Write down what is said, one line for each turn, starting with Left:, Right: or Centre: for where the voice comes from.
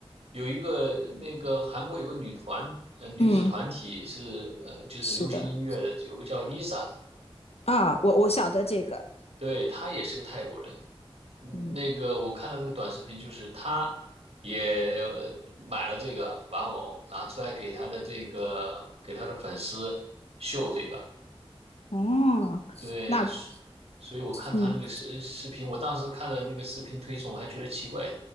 Right: 有一个那个韩国有个女团，呃，女子团体是呃，
Left: 嗯，
Right: 就是流行音乐的，
Left: 是的
Right: 有个叫 Lisa 的，
Left: 啊，我我晓得这个，
Right: 对，她也是个泰国人。嗯那个我看到那个短视频，
Left: 嗯，
Right: 就是她也呃买了这个玩偶，拿出来给她的这个给她的粉丝秀这个，
Left: 哦，
Right: 对，
Left: 那
Right: 所所以我看她那个视视频，
Left: 嗯
Right: 我当时看了那个视频推送，我还觉得奇怪，